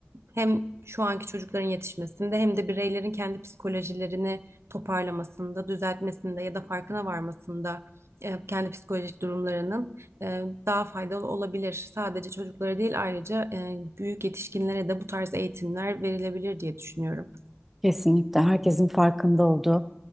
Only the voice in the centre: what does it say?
Kesinlikle herkesin farkında olduğu